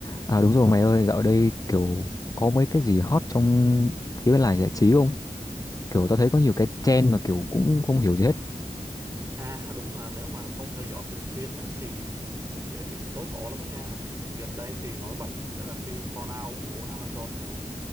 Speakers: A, on the left (about 25°); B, on the right (about 20°).
A: À đúng rồi mày ơi, dạo đây kiểu có mấy cái gì hot trong phía bên làng giải trí không? Kiểu tao thấy có nhiều cái trend mà kiểu cũng không hiểu gì hết.
B: À đúng là nếu mà không theo dõi thường xuyên á thì dễ bị tối cổ lắm đó nha. Gần đây thì nổi bật sẽ là phim Fallout của Amazon nè.